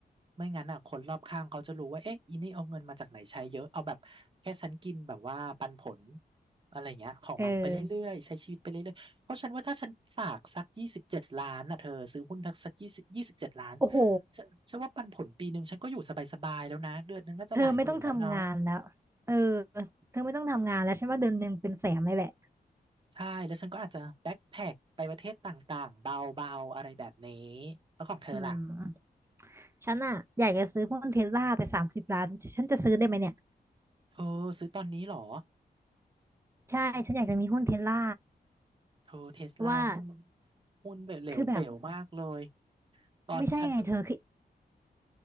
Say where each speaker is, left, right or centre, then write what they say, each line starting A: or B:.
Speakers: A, on the right; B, on the right.
A: ไม่งั้นอ่ะคนรอบข้างเขาจะรู้ว่าเอ๊ะอีนี่เอาเงินมาจากไหนใช้เยอะเอาแบบแค่ฉันกินแบบว่าปันผล อะไรอย่างเงี้ยของมันไปเรื่อยๆใช้ชีวิตไปเรื่อยๆเพราะฉันว่าถ้าฉันฝากสักยี่สิบเจ็ดล้านอ่ะเธอซื้อหุ้นทักสักยี่สิบยี่สิบเจ็ดล้าน
B: เออโอ้โห
A: ฉันฉันว่าปันผลปีหนึ่งฉันก็อยู่สบายๆแล้วนะเดือนหนึงน่าจะหลายหมื่นแล้วเนาะ
B: เธอไม่ต้องทำงานแล้วเออเธอไม่ต้องทำงานแล้วฉันว่าเดือนหนึ่งเป็นแสนเลยแหละ
A: ใช่แล้วฉันก็อาจจะแบ็คแพ็คไปประเทศต่างๆเบาๆอะไรแบบนี้แล้วของเธอล่ะ
B: อืมฉันอะอยากจะซื้อหุ้นเทสลาแต่สามสิบล้านฉันจะซื้อได้ไหมเนี่ย
A: เธอซื้อตอนนี้เหรอ
B: ใช่ฉันอยากจะมีหุ้นเทสลา
A: เธอเทสลาหุ้น
B: เพราะว่า
A: หุ้นเหลวเป๋วมากเลย
B: คือแบบ
A: ตอนฉันเพิ่ง
B: ไม่ใช่ไงเธอคือ